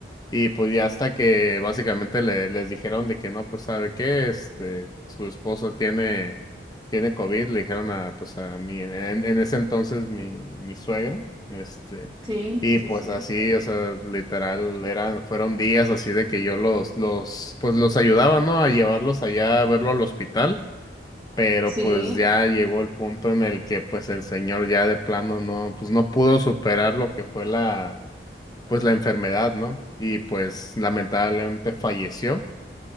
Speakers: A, on the left; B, on the right.
A: Y pues ya hasta que básicamente le- les dijeron de que no, pues sabe qué, este, su esposo tiene, tiene COVID, le dijeron a, pues a mí, en, en ese entonces mi, mi suegra, este,
B: Sí,
A: y
B: sí,
A: pues
B: sí.
A: así, o sea, literal, eran, fueron días así de que yo los, los, pues los ayudaba, ¿no? A llevarlos allá a verlo al hospital, pero
B: Sí.
A: pues ya llegó el punto en el que pues el señor ya de plano no, pues no pudo superar lo que fue la pues la enfermedad, ¿no? Y pues lamentablemente falleció.